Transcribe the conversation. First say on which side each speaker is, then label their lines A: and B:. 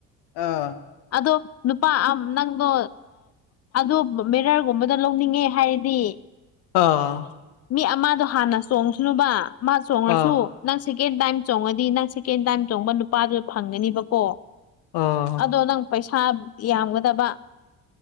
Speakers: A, on the left; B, on the left.
A: ꯑꯥ
B: ꯑꯗꯣ ꯅꯨꯄꯥ ꯅꯪꯗꯣ ꯑꯗꯨ ꯃꯦꯔꯔꯒꯨꯝꯕꯗꯨ ꯂꯧꯅꯤꯡꯉꯦ ꯍꯥꯏꯔ ꯔꯤ
A: ꯑ
B: ꯃꯤ ꯑꯃꯗꯣ ꯍꯥꯟꯅ ꯆꯣꯡꯉꯁꯅꯨꯕ ꯃꯥ ꯆꯣꯡꯉꯁꯨ
A: ꯑꯥ
B: ꯅꯪ ꯁꯦꯀꯦꯟ ꯇꯥꯏꯝ ꯆꯣꯡꯉꯗꯤ ꯅꯪ ꯁꯦꯀꯦꯟ ꯇꯥꯏꯝ ꯆꯣꯡꯕ ꯅꯨꯄꯥꯗꯨ ꯐꯪꯒꯅꯤꯕꯀꯣ
A: ꯑ
B: ꯑꯗꯣ ꯅꯪ ꯄꯩꯁꯥ ꯌꯥꯝꯒꯗꯕ